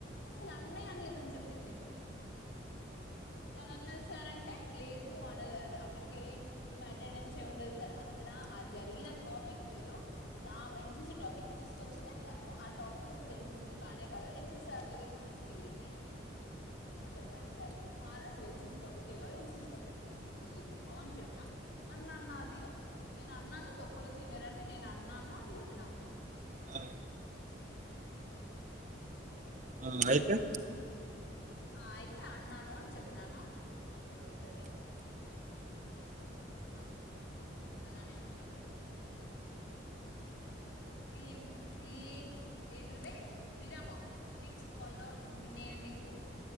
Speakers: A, on the left; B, on the right.
A: అసలు అన్ననే అనలేదని చెప్పింది తన అన్నది సార్ అంటే లేదు అనలేదు అంటే అక్కడికి వెళ్ళి ఈమె అటెండెన్స్ ఏమి ఉండదు సార్ ఇక్కడ ఆ జరిగిన టాపిక్ వేరు అసలు ఆ ఎన్సిసి టాపిక్ తీసుకొచ్చిన తను ఆ టాపిక్ అసలు ఎన్సిసి కానే కాదు ఎన్సిసి సార్ దగ్గర తీసుకెళ్ళింది నేను చెప్పాను సార్కి సార్ అసలు ఎన్సిసి టాపికే కాదు ఎన్సిసి టాపిక్ తీసుకొచ్చిది తను అని చెప్పిన నన్ను అన్నది నేను అన్నాను తొక్కలు సీనియర్ అని నేను అన్నాను అని చెప్పిన
B: ఆ
A: ఎన్నతే క
B: ఆ ఆయితే
A: అయితే అన్నాను అని చెప్పినను చెప్తే సమాగ అలానే ఉండడు ఈ ఈ ఏంటిది బయ విరామ నెక్స్ట్ కాల్ లో నేను మీకు